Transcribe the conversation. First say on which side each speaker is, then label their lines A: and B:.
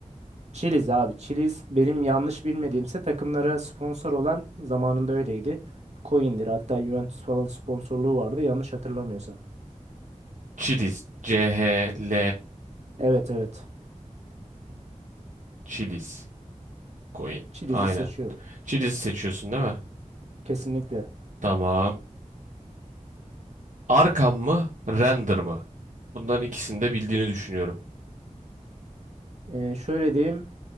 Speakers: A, on the right; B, on the right.
A: Chiliz abi. Chiliz benim yanlış bilmediğimse takımlara sponsor olan zamanında öyleydi. Coin'dir. Hatta Juventus falan sponsorluğu vardı yanlış hatırlamıyorsam.
B: Chilis, C-H-L
A: Evet evet.
B: Chilis. Coin.
A: Chiliz'i
B: Aynen.
A: seçiyorum.
B: Chili'si seçiyorsun değil mi?
A: Kesinlikle.
B: Tamam. Arkan mı? Render mı? Bunların ikisini de bildiğini düşünüyorum.
A: Ee, şöyle diyeyim.